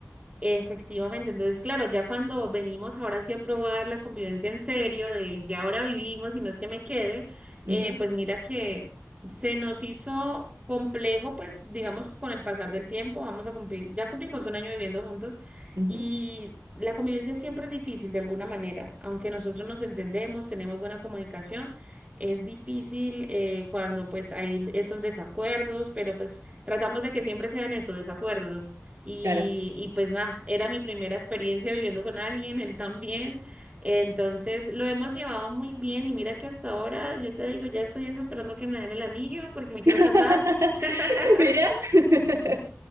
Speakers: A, on the right; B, on the right.
A: Efectivamente, entonces claro, ya cuando venimos ahora sí a probar la convivencia en serio, de ya ahora vivimos y no es que me quede, eh,
B: Ujú,
A: pues mira que se nos hizo complejo, pues digamos que con el pasar del tiempo vamos a cumplir, ya cumplimos un año viviendo juntos
B: ujú,
A: y la convivencia siempre es difícil de alguna manera, aunque nosotros nos entendemos, tenemos buena comunicación, es difícil eh, cuando pues hay esos desacuerdos, pero pues tratamos de que siempre sean esos desacuerdos y,
B: claro.
A: y pues nada, era mi primera experiencia viviendo con alguien, él también. Entonces lo hemos llevado muy bien y mira que hasta ahora, yo te digo, ya estoy esperando que me den el anillo porque me quiero
B: <laughs>
A: casar. <laughs>
B: Mirá. <laughs>